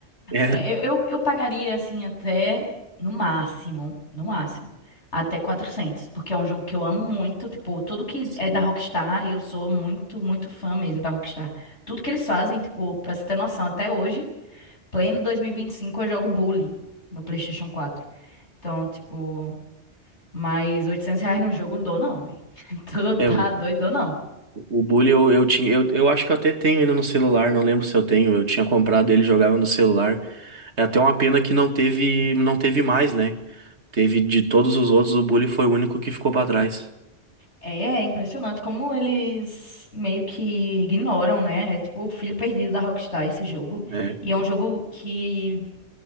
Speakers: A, on the right; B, on the left.
A: É,
B: Eu, eu, eu pagaria, assim, até no máximo, no máximo, até 400, porque é um jogo que eu amo muito. Tipo, tudo que
A: sim.
B: é da Rockstar, eu sou muito, muito fã mesmo da Rockstar. Tudo que eles fazem, tipo, pra você ter noção, até hoje, pleno 2025 eu jogo Bully no PlayStation quatro. Então, tipo. Mas 800 reais num jogo não dou, não, velho. <laughs> Tu tá
A: É, o,
B: doido, dou não.
A: o Bully eu, eu tinha, eu, eu acho que eu até tenho ainda no celular, não lembro se eu tenho, eu tinha comprado ele, jogava no celular. É até uma pena que não teve, não teve mais, né? Teve de todos os outros, o Bully foi o único que ficou pra trás.
B: É, é impressionante como eles meio que ignoram, né? É tipo o filho perdido da Rockstar esse jogo.
A: É,
B: E é um jogo que,